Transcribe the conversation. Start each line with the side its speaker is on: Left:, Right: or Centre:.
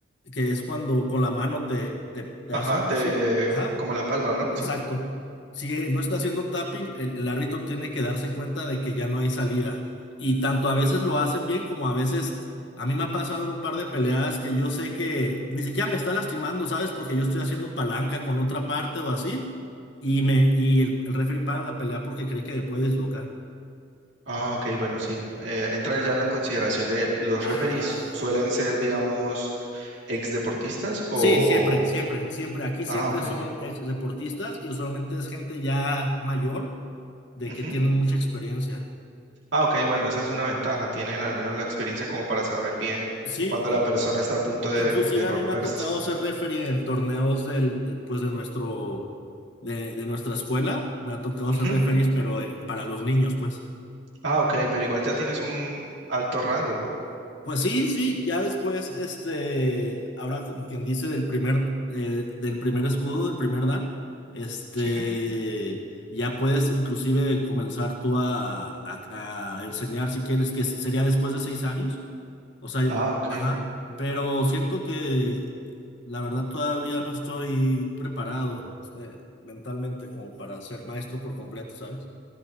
Left: que es cuando con la mano te, te, te
Right: Ajá,
Left: hace
Right: te
Left: así, ajá,
Right: como la palma, ¿no?
Left: Exacto.
Right: Sí.
Left: Si no está haciendo tapping, el, el árbitro tiene que darse cuenta de que ya no hay salida. Y tanto a veces lo hacen bien como a veces, a mí me ha pasado en un par de peleas que yo sé que ni siquiera me está lastimando, ¿sabes? Porque yo estoy haciendo palanca con otra parte o así. Y, me, y el, el referee para la pelea porque cree que le puede dislocar.
Right: Ah, ok, bueno, sí. Eh, entra ya en la consideración de los
Left: Ajá.
Right: referees. ¿Suelen ser, digamos, ex deportistas o...?
Left: Sí, siempre, siempre, siempre. Aquí siempre
Right: Ah, ok.
Left: son ex deportistas y usualmente es gente ya mayor de
Right: Ujú.
Left: que tienen mucha experiencia.
Right: Ah, ok, bueno, esa es una ventaja. Tienen al menos la experiencia como para saber bien
Left: Sí,
Right: cuando la persona está a punto de,
Left: Inclusive
Right: de romperse.
Left: a mí me ha tocado ser referee en torneos del, de, pues de nuestro, de, de nuestra escuela. Me ha tocado
Right: Ujú.
Left: ser referees, pero eh, para los niños, pues.
Right: Ah, ok, pero igual ya tienes un alto rango, ¿no?
Left: Pues sí, sí, ya después, este, ahora como quien dice del primer, eh, del primer escudo, del primer dan, este,
Right: Sí.
Left: ya puedes inclusive comenzar tú a, a- a enseñar si quieres, que sería después de seis años, o sea,
Right: Ah, ok.
Left: ajá, pero siento que la verdad todavía no estoy preparado, eh, mentalmente como para ser maestro por completo, ¿sabes?